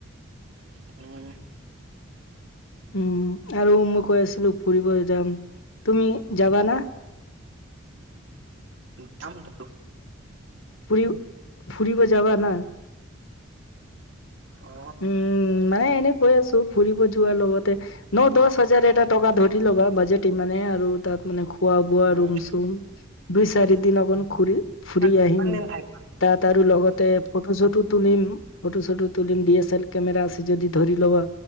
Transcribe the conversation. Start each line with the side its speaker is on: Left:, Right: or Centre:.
Right: হ'ব দে।
Left: উম, আৰু মই কৈ আছিলোঁ ফুৰিব যাম, তুমি যাবা না?
Right: যাম টো
Left: ফুৰি ফুৰিব যাবা না।
Right: অ
Left: উম, মানে এনে কৈ আছোঁ ফুৰিব যোৱাৰ লগতে ন দহ হাজাৰ এটা টকা ধৰি ল'বা বাজেট ইমানে আৰু তাত মানে খোৱা বোৱা
Right: উম
Left: ৰুম চুম দুই চাৰি দিন অকন ঘুৰি ফুৰি
Right: কিমান
Left: আহিম।
Right: দিন থাকি
Left: তাত আৰু লগতে ফটো চটো তুলিম। ফটো চটো তুলিম ডি এছ এল কেমেৰা আছে যদি ধৰি ল'বা।